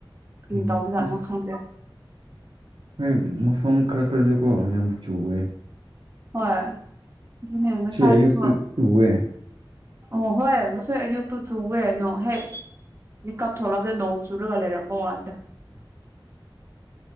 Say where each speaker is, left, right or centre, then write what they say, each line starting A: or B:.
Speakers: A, on the right; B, on the right.
A: ꯃꯤ
B: ꯎꯝ
A: ꯇꯎꯕꯨ
B: ꯑꯁ
A: ꯣ ꯈꯪꯗꯦ
B: ꯍꯣꯏ ꯃꯐꯝ ꯈꯔ ꯈꯔꯗꯤꯀꯣ ꯌꯥꯝ ꯆꯨꯑꯦ
A: ꯍꯣꯏ ꯑꯗꯨꯅꯦ ꯉꯁꯥꯏꯗꯨꯁꯨ
B: ꯑꯌꯨꯛꯇꯨ ꯆꯨꯋꯦ
A: ꯑꯣ ꯍꯣꯏ ꯉꯁꯣꯏ ꯑꯌꯨꯛꯇꯨ ꯆꯨꯋꯦ ꯅꯡꯣ ꯍꯦꯛ ꯃꯤꯀꯞ ꯊꯣꯛꯣꯂꯛꯕꯗ ꯅꯣꯡ ꯆꯨꯔꯒ ꯂꯩꯔꯝꯕ ꯋꯥꯅꯤꯗ꯫
B: <unintelligible>